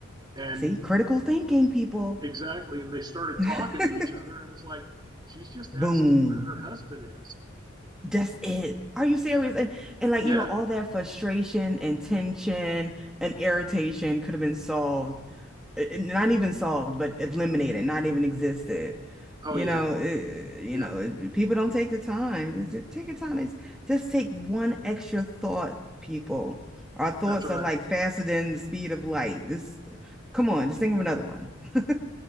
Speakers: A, on the right (about 20°); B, in the centre.
A: And
B: See, critical thinking, people.
A: exactly. And they started
B: <laughs>
A: talking to each other and it was like, she's just
B: Boom.
A: asking where her husband is.
B: That's it. Are you serious? And and like,
A: Yeah.
B: you know, all that frustration and tension and irritation could have been solved it- not even solved, but eliminated, not even existed.
A: Oh,
B: You
A: yeah.
B: know, it, you
A: Yeah.
B: know, it- people don't take the time. Just, just take your time. It's, just take one extra thought, people. Our thoughts
A: That's right.
B: are like faster than the speed of light. Just come on, just think of another one. <laughs>